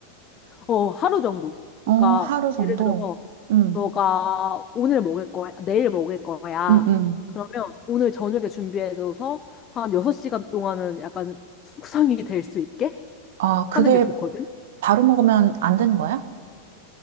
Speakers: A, on the left (about 25°); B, on the right (about 55°).
A: 어, 하루 정도. 그러니까
B: 어, 하루 정도.
A: 예를 들어서
B: 음,
A: 너가 오늘 먹을 거야, 내일 먹을 거야.
B: 음, 음.
A: 그러면 오늘 저녁에 준비해둬서 한 6시간 동안은 약간 숙성이 될 수 있게
B: 아,
A: 하는
B: 그게
A: 게 좋거든.
B: 바로 먹으면 안 되는 거야?